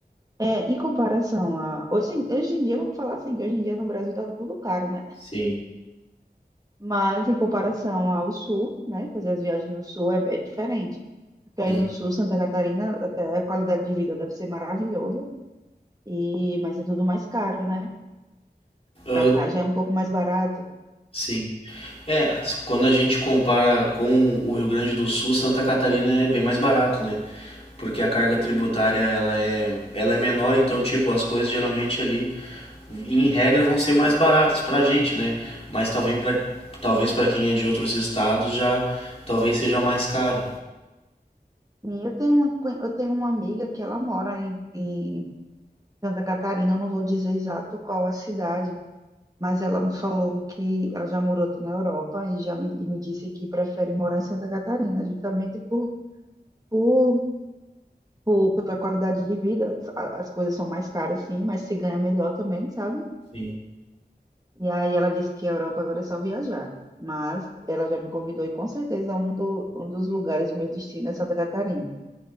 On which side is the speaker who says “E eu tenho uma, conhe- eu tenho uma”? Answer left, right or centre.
Right